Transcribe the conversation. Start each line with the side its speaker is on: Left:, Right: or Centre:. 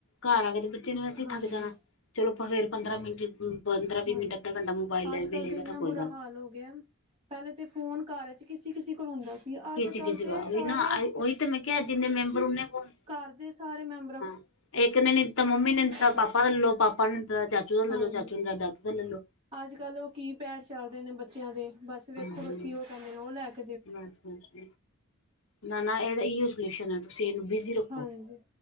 Left: ਘਰ ਆ ਕੇ ਤੇ ਬੱਚੇ ਨੇ ਵੈਸੇ
Right: ਹਾਂਜੀ,
Left: ਥੱਕ ਜਾਣਾ। ਚਲੋ ਫੇਰ ਪੰਦਰਾਂ ਮਿੰਟ ਪੰਦਰਾਂ ਵੀਹ
Right: ਹਾਂਜੀ।
Left: ਮਿੰਟ ਅੱਧਾ-ਘੰਟਾ ਮੋਬਾਇਲ ਲੈ
Right: ਅੱਜ
Left: ਲਵੇ
Right: ਕੱਲ੍ਹ
Left: ਲੇਣਾ
Right: ਤੇ ਇੰਨਾ
Left: ਤਾਂ
Right: ਬੁਰਾ
Left: ਕੋਈ ਗੱਲ
Right: ਹਾਲ
Left: ਨਹੀਂ
Right: ਹੋ ਗਿਆ ਪਹਿਲੇ ਤੇ ਫੋਨ ਘਰ ਚ ਕਿਸੀ-ਕਿਸੀ ਕੋਲ ਹੁੰਦਾ ਸੀ ਅੱਜ
Left: ਕਿਸੇ
Right: ਕੱਲ
Left: ਕਿਸੇ ਦਾ
Right: ਤੇ ਸਾਰੇ
Left: ਉਹੀ ਨਾ ਆਈ- ਉਹੀ ਤੇ ਮੈਂ ਕਿਹਾ ਜਿੰਨੇ ਮੈਂਬਰ ਉਹਨੇ ਫੋਨ
Right: ਘਰ ਦੇ ਸਾਰੇ ਮੈਂਬਰ
Left: ਹਾਂ ਇੱਕ ਨੇ ਨੀ ਦਿੱਤਾ ਮੰਮੀ ਨੇ ਨਈ ਦਿਤਾ
Right: ਤੱਕ
Left: ਪਾਪਾ ਦਾ ਲੈ ਲਉ ਪਾਪਾ ਨੇ ਨੀ ਦਿੱਤਾ ਚਾਚੂ ਦਾ ਲੈ
Right: ਹਾਂਜੀ।
Left: ਲਉ ਚਾਚੂ ਨੇ ਨਈ ਦਿੱਤਾ ਦਾਦੂ ਦਾ ਲੈ ਲਉ
Right: ਅੱਜ ਕੱਲ੍ਹ ਉਹ ਕੀ ਪੈੜ ਚੱਲ ਰਹੇ ਨੇ ਬੱਚਿਆਂ ਦੇ ਬਸ ਵੇਖੋ
Left: ਹਮ
Right: ਵੇਖੀ ਉਹ ਕਹਿੰਦੇ ਨੇ ਉਹ ਲੈ ਲਓ
Left: ਬਸ ਨਾ-ਨਾ ਇਹਦਾ ਇਉ ਸਲਿਊਸ਼ਨ ਹੈ ਤੁਸੀਂ ਇਹਨੂੰ ਬਿਜੀ ਰੱਖੋ
Right: ਹਾਂਜੀ,